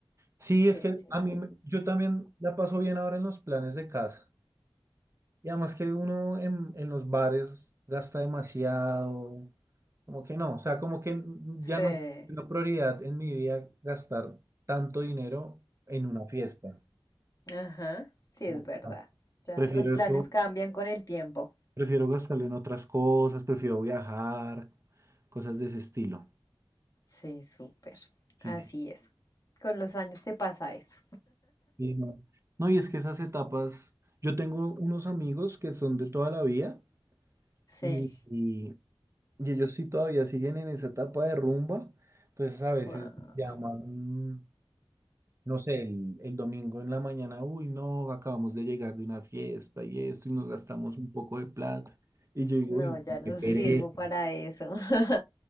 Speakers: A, on the right (about 30°); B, on the left (about 40°).
A: Sí,
B: Sí,
A: es que
B: sí,
A: a mí,
B: sí.
A: me- yo también la paso bien ahora en los planes de casa. Y además que uno en, en los bares gasta demasiado, como que no, o sea, como que
B: Sí,
A: ya no es una prioridad en mi vida gastar tanto dinero en una fiesta.
B: ajá, sí
A: Como
B: es
A: que
B: verdad.
A: no.
B: Ya,
A: Prefiero
B: los planes
A: eso
B: cambian con el tiempo.
A: Prefiero gastarlo en otras cosas, prefiero viajar, cosas de ese estilo.
B: Sí, súper.
A: Sí,
B: Así
A: sí.
B: es. Con los años te pasa eso.
A: Y no. No, y es que esas etapas, yo tengo unos amigos que son de toda la vida
B: Sí,
A: y, y- y ellos sí todavía siguen en esa etapa de rumba, entonces a veces
B: wow.
A: me llaman, no sé, el, el domingo en la mañana, uy, no, acabamos de llegar de una fiesta y esto y nos gastamos un poco de plata. Y yo digo,
B: No,
A: uy,
B: ya no
A: qué pereza,
B: sirvo para eso. <laughs>